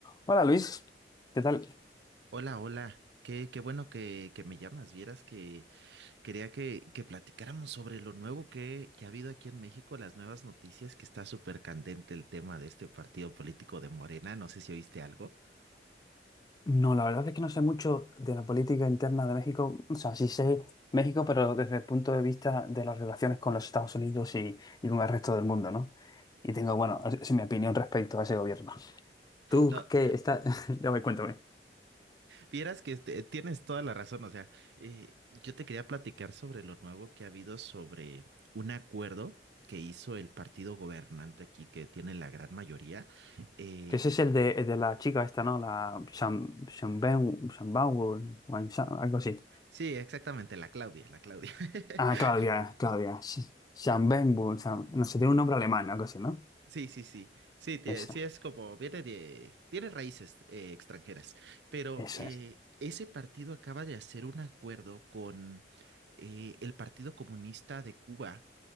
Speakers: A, on the left; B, on the right.
A: Hola Luis, ¿qué tal?
B: Hola, hola. Qué, qué bueno que, que me llamas. Vieras que quería que, que platicáramos sobre lo nuevo que, que ha habido aquí en México, las nuevas noticias, que está súper candente el tema de este partido político de Morena. No sé si oíste algo.
A: No, la verdad es que no sé mucho de la política interna de México. O sea, sí sé México, pero desde el punto de vista de las relaciones con los Estados Unidos y, y con el resto del mundo, ¿no? Y tengo, bueno, es, es mi opinión respecto a ese gobierno. <laughs> ¿Tú
B: No,
A: qué está? <laughs> Ya me cuéntame.
B: vieras que este, tienes toda la razón. O sea, eh, yo te quería platicar sobre lo nuevo que ha habido sobre un acuerdo que hizo el partido gobernante aquí, que tiene la gran mayoría. Eh,
A: Que ese es el de, el de la chica esta, ¿no? La Sham, Shamben- Shambawu, Wansha- algo así.
B: sí, exactamente, la Claudia, la Claudia. <laughs>
A: Ah, Claudia, Claudia. Sh- Shambenwu, Sham- no sé, tiene un nombre alemán, algo así, ¿no?
B: Sí, sí, sí. Sí, tie-
A: Esa,
B: sí es como, viene de, tiene raíces eh, extranjeras. Pero
A: esa
B: eh,
A: es.
B: ese partido acaba de hacer un acuerdo con eh, el Partido Comunista de Cuba.